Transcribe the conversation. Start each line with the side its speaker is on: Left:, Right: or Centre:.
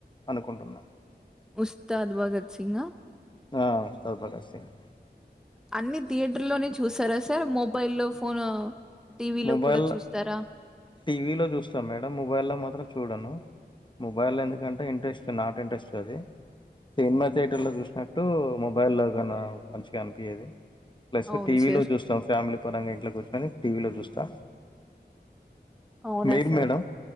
Left: అనుకుంటున్నాను
Centre: ఉస్తాద్ భగత్ సింగా
Left: ఆ ఉస్తాద్ భగత్ సింగ్
Centre: అన్ని థియేటర్ లోనే చూసారా సార్ మొబైల్లో ఫోన్ టీవీలో
Left: మొబైల్
Centre: కూడా చూస్తారా
Left: టీవీలో చూస్తాం మేడం మొబైల్ లో మాత్రం చూడను మొబైల్లో ఎందుకంటే ఇంట్రెస్ట్ నాట్ ఇంట్రెస్ట్ అది, సినిమా థియేటర్లో చూసినట్టు మొబైల్లోగా మంచిగా అనిపియది ప్లస్
Centre: అవును
Left: టీవీలో
Centre: సార్
Left: చూస్తాం ఫ్యామిలీ పరంగా ఇంట్లో కూర్చుొని టీవిలో క్క
Centre: అవునా
Left: మీరు
Centre: సార్
Left: మేడం